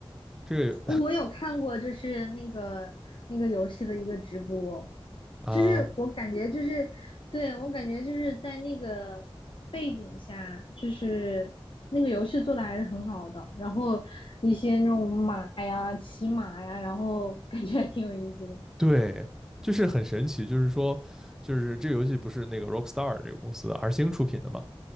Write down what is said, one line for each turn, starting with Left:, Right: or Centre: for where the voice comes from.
Centre: 这个
Left: 哦，我有看过，就是那个那个游戏的一个直播，
Centre: <laughs> 啊？
Left: 就是我感觉就是，对，我感觉就是在那个背景下，就是那个游戏做的还是很好的，然后一些那种马呀、骑马呀，然后感觉还挺有意思的。
Centre: 对，就是很神奇，就是说，就是这个游戏不是那个 Rockstar 这个公司的 R 星出品的嘛？